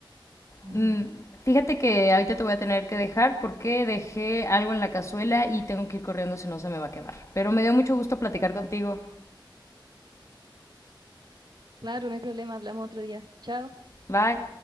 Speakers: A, on the right; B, on the left.
A: Ujú.
B: Mm, fíjate que ahorita te voy a tener que dejar porque dejé algo en la cazuela y tengo que ir corriendo si no se me va a quemar. Pero me dio mucho gusto platicar
A: Ujú.
B: contigo.
A: Claro, no hay problema, hablamos otro día. Chao.
B: Bye.